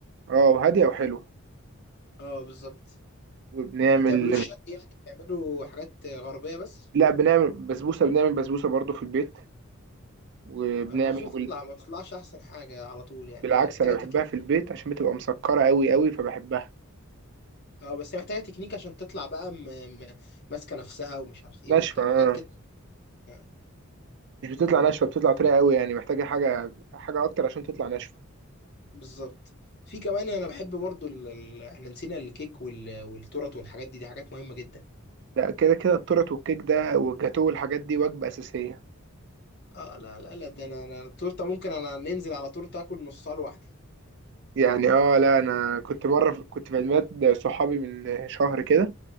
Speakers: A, on the right (about 55°); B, on the left (about 50°).
A: اه هادية وحلو
B: اه بالظبط
A: وبنعمل
B: ما بتعملوش شرق يعني بتعملوا حاجات غربيه بس
A: لا بنعمل بسبوسة بنعمل بسبوسة برضه في البيت وبنعمل
B: البازون تطلع
A: جل...
B: ما بتطلعش احسن حاجه على طول يعني
A: بالعكس
B: محتاجه
A: انا بحبها
B: تكنيك
A: في البيت عشان بتبقى مسكرة قوي قوي فبحبها
B: اه بس هي محتاجه تكنيك عشان تطلع بقى م... م... ماسكه نفسها ومش عارف ايه
A: ناشفة
B: وبتاع
A: آه.
B: حاجات كده يعني.
A: مش بتطلع ناشفة بتطلع طرية قوي يعني محتاجة حاجة حاجة اكتر عشان تطلع ناشفة
B: بالظبط في كمان انا بحب برضو ال... ال... احنا نسينا الكيك وال... والتورت والحاجات دي دي حاجات مهمة جدا
A: لا كده كده التورت والكيك ده والجاتوه والحاجات دي وجبة أساسية
B: اه لا لا لا ده انا انا التورته ممكن انا ننزل على تورته اكل نصها لوحدي
A: يعني اه لا انا كنت مره في- كنت في عيد ميلاد صحابي من شهر كده